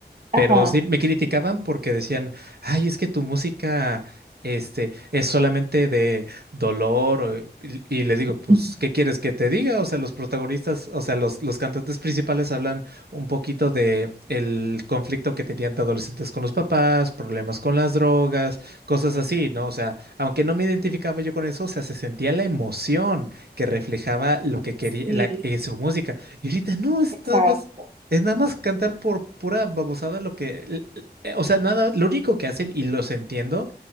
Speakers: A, on the right; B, on the right.
A: Pero
B: Ajá.
A: sí, me criticaban porque decían, ay, es que tu música, este, es solamente de dolor. o- Y, y les digo,
B: <laughs>
A: pues, ¿qué quieres que te diga? O sea, los protagonistas, o sea, los, los cantantes principales hablan un poquito de el conflicto que tenían de adolescentes con los papás, problemas con las drogas, cosas así, ¿no? O sea, aunque no me identificaba yo con eso, o sea, se sentía la emoción que reflejaba lo que quería,
B: Sí,
A: la- eh, su música. Y ahorita no, es
B: exacto.
A: nada más es nada más cantar por pura babosada lo que, l- l- eh, o sea, nada, lo único que hacen, y los entiendo,